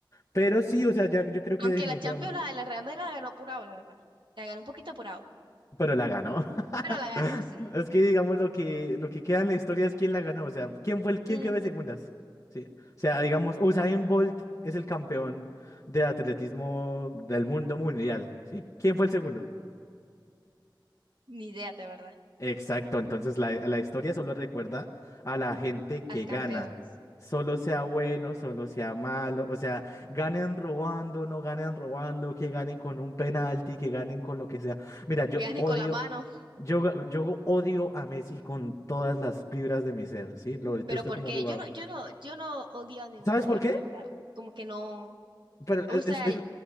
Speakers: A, on the left; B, on the right.
A: Pero sí, o sea, ya yo creo
B: Aunque
A: que definitivamente.
B: la Champions, la de la Real Madrid la ganó apurado, la verdad. La ganó un poquito apurado,
A: Pero la ganó. <laughs>
B: pero la ganó, sí.
A: Es que digamos lo que lo que queda en la historia es quién la ganó. O sea, quién fue el quién
B: Ujú.
A: quedó de segundas. Sí. O sea, digamos, Usain Bolt es el campeón de atletismo del mundo mundial. ¿Sí? ¿Quién fue el segundo?
B: Ni idea, de verdad.
A: Exacto, entonces la, la historia solo recuerda a la gente
B: Al
A: que
B: campeón,
A: gana,
B: sí,
A: solo
B: sí, sí.
A: sea bueno, solo sea malo, o sea, ganen robando, no ganen robando, que ganen con un penalti, que ganen con lo que sea. Mira, yo
B: Que gane
A: odio,
B: con la mano.
A: yo, ga- yo odio a Messi con todas las fibras de mi ser, ¿sí? Lo detesto
B: Pero ¿por
A: como
B: qué?
A: jugador.
B: Yo no, yo no, yo no odio a ningún
A: ¿Sabes
B: jugador,
A: por qué?
B: la verdad. Como que no.
A: Pero
B: O
A: es,
B: sea,
A: es- es-